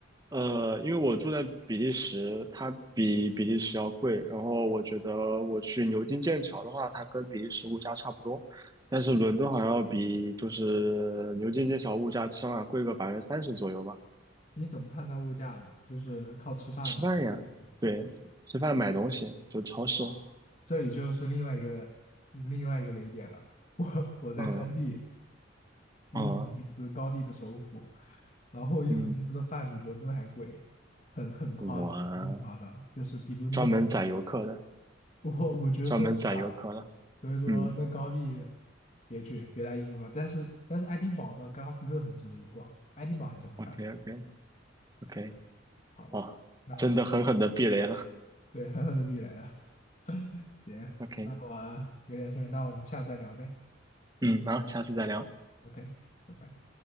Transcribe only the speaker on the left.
你怎么判断物价呢？就是靠吃饭吗？
就是
好，这里就是另外一个另外一个雷点了。<laughs> 我我在高地，
英弗尼斯高地的首府，
然后英弗尼斯的饭比伦敦还贵，
很很夸张，
真的很夸张，就是比伦敦还
我我觉得真是啊。
所以说那高地
别去，别来英国搞。但是但是爱丁堡和格拉斯哥很值得一逛，爱丁堡还是很漂亮。
好的，
那我到
对狠狠的避雷了。<laughs> 行，
那我有点事儿那我们下次再聊呗。
OK，拜拜。